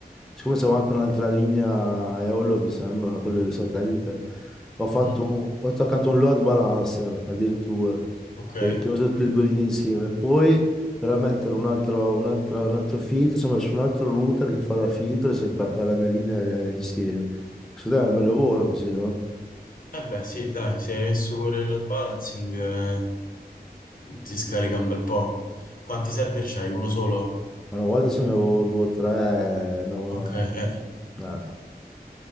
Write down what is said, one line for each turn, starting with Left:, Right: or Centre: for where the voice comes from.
Centre: siccome c'avevo anche un'altra linea Eolo, mi sembra, quello del satellite, ho fatto,
Left: Mhm,
Centre: un- ho attaccato un load balancer addirittura,
Left: Ok.
Centre: che, che ho usato le due linee insieme. Poi per mettere un altro, un altro, un altro filtro, insomma, su un altro router che fa da filtro e si attacca alla mia linea eh, insieme. Secondo me è un bel lavoro così, no?
Left: Eh beh, sì, dai, se hai messo pure il load balancing, eh, ti scarica un bel po'. Quanti server c'hai? Uno solo?
Centre: Ma una volta se ne avevo due o tre, andavano...
Left: Ok, eh.
Centre: eh,